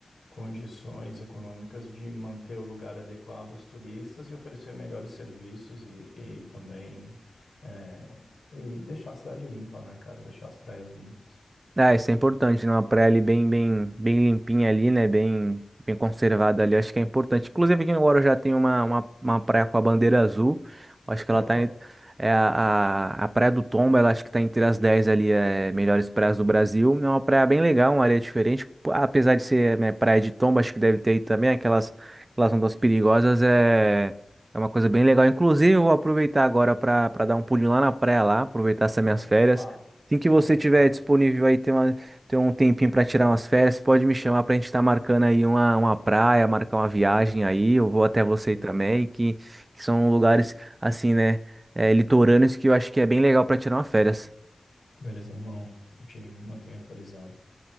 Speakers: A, on the left; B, on the right.
A: condições econômicas de manter o lugar adequado aos turistas e oferecer melhores serviços e, e também é, e deixar a cidade limpa, né, cara? Deixar as praias limpas.
B: Ah, isso é importante, né? Uma praia ali bem, bem, bem limpinha ali, né? Bem, bem conservada ali, acho que é importante. Inclusive aqui no Guarujá tem uma, uma, uma praia com a bandeira azul, acho que
A: Opa!
B: ela tá, em- é a, a, a Praia do Tomba, ela acho que tá entre as 10 ali, é, melhores praias do Brasil. É uma praia bem legal, uma areia diferente, Pô, apesar de ser, né, praia de Tomba, acho que deve ter aí também aquelas, aquelas ondas perigosas, é... É uma coisa bem legal. Inclusive, eu vou aproveitar agora para dar um pulinho lá na praia lá, aproveitar essas minhas
A: Opa,
B: férias. Assim que
A: opa,
B: você tiver disponível aí, ter uma, ter um tempinho para tirar umas férias, pode me chamar para a gente estar marcando aí uma, uma praia, marcar uma viagem aí. Eu vou até você
A: beleza.
B: também, que, que são lugares assim, né, é, litorâneos que eu acho que é bem legal para tirar uma férias.
A: Beleza, irmão. Eu te mantenho atualizado.